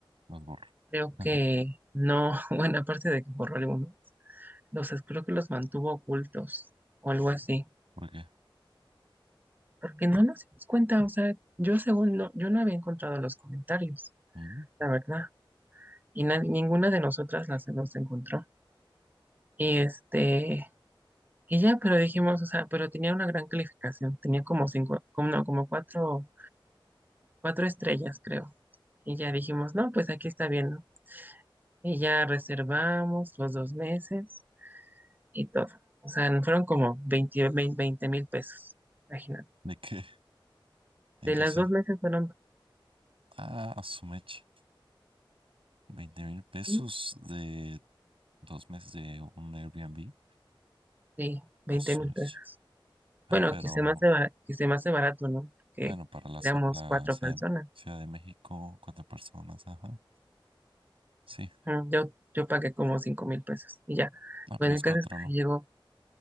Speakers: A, on the right; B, on the right.
A: Los borro.
B: creo
A: <laughs>
B: que no, <laughs> bueno, aparte de que borró algunos, los es- creo que los mantuvo ocultos o algo así,
A: ¿Por qué?
B: porque no nos dimos cuenta, o sea, yo según no, yo no había encontrado los comentarios,
A: Mm,
B: la verdad, y na- ninguna de nosotras las los encontró, y este, y ya, pero dijimos, o sea, pero tenía una gran calificación, tenía como cinco, como, no, como cuatro, cuatro estrellas, creo. Y ya dijimos, no, pues aquí está bien, ¿no? Y ya reservamos los dos meses y todo. O sea, nos fueron como veinte mil pesos, imagínate.
A: ¿De qué? ¿En
B: De
A: qué
B: las
A: se?
B: dos meses fueron,
A: Ah, su mecha. Veinte mil pesos
B: sí,
A: de dos meses de un Airbnb.
B: sí,
A: A
B: 20
A: su
B: mil
A: mecha.
B: pesos.
A: Ah,
B: Bueno,
A: pero
B: que se me hace barato, que se me hace barato, ¿no? Porque
A: bueno, para la,
B: éramos
A: zo- la
B: cuatro
A: Ciudad
B: personas.
A: de Ciudad de México, cuatro personas, ajá. Sí,
B: Ujú, Yo, yo pagué como cinco mil pesos y ya.
A: ah, pues
B: Bueno,
A: los
B: el
A: cuatro,
B: caso es que
A: ¿no?
B: se llegó,